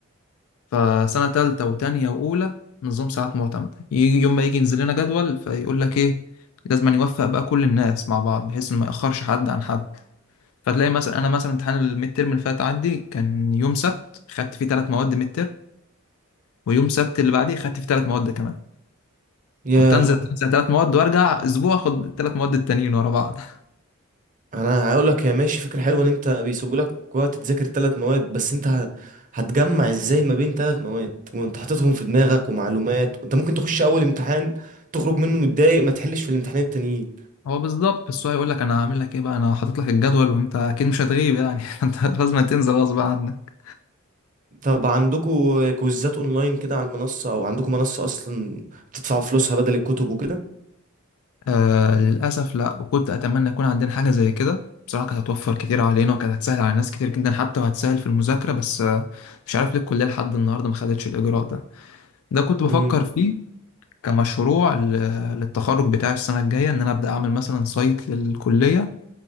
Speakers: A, on the left (about 80°); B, on the right (about 40°).
A: فسنه تالته وتانيه واولى نظام ساعات معتمده ي- يوم ما يجي ينزل لنا جدول فيقول لك ايه لازم أن يوفق بقى كل الناس مع بعض بحيث انه ما ياخرش حد عن حد فتلاقي مثلا انا مثلا امتحان الميد تيرم اللي فات عندي كان يوم سبت خدت فيه ثلاث مواد ميد تيرم ويوم سبت اللي بعديه خدت فيه ثلاث مواد كمان
B: ياه
A: كنت انزل اتمسح ثلاث مواد وارجع اسبوع اخد الثلاث مواد التانيين ورا بعض <laughs>
B: انا هقول لك يا ماشي فكره حلوه ان انت بيسيبوا لك وقت تذاكر ثلاث مواد بس انت ه- هتجمع ازاي ما بين ثلاث مواد وانت حاططهم في دماغك ومعلومات وانت ممكن تخش اول امتحان تخرج منه متضايق ما تحلش في الامتحانين التانيين
A: هو بالظبط بس هو يقول لك انا هعمل لك ايه بقى انا حاطط لك الجدول وانت اكيد مش هتغيب يعني <laughs> فانت لازم تنزل غصب عنك
B: طب عندكم كويزات اونلاين كده على المنصه او عندكم منصه اصلا بتدفعوا فلوسها بدل الكتب وكده
A: آه للاسف لا وكنت اتمنى يكون عندنا حاجه زي كده بصراحه كانت هتوفر كتير علينا وكانت هتسهل على ناس كتير جدا حتى وهتسهل في المذاكره بس آه مش عارف ليه الكليه لحد النهارده ما خدتش الاجراء ده ده كنت بفكر
B: امم
A: فيه كمشروع ل- للتخرج بتاعي السنه الجايه ان انا ابدا اعمل مثلا سايت للكليه